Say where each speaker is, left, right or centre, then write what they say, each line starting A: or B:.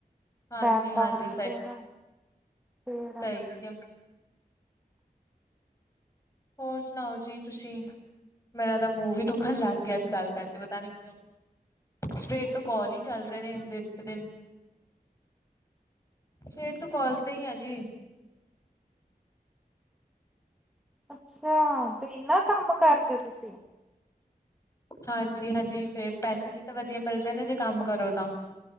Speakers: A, on the left; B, in the centre.
A: ਹਾਂਜੀ-ਹਾਂਜੀ
B: ਟੈਮ ਤਾਂ ਹੋਣਾ ਚਾਹੀਦਾ ਫੇਰ।
A: ਠੀਕ ਏ। ਹੋਰ ਸੁਨਾਓ ਜੀ ਤੁਸੀਂ? ਮੇਰਾ ਤਾਂ ਮੂੰਹ ਵੀ ਦੁਖਨ ਲੱਗ ਗਿਆ ਅੱਜ ਗੱਲ ਕਰਕੇ ਪਤਾ ਨੀ ਸਵੇਰ ਤੋਂ ਕਾੱਲ ਹੀ ਚੱਲ ਰਹੇ ਨੇ ਦਿਨ ਬ ਦਿਨ। ਸਵੇਰ ਤੋਂ ਕਾਲ ਤੇ ਹੀ ਆ ਜੀ।
B: ਅੱਛਾ ਤੇ ਇੰਨਾ ਕੰਮ ਕਰਦੇ ਤੁਸੀਂ।
A: ਹਾਂਜੀ ਹਾਂਜੀ ਫੇਰ ਪੈਸੇ ਵੀ ਤਾਂ ਵਧੀਆ ਮਿਲਦੇ ਨੇ ਜੇ ਕੰਮ ਕਰੋ ਤਾਂ।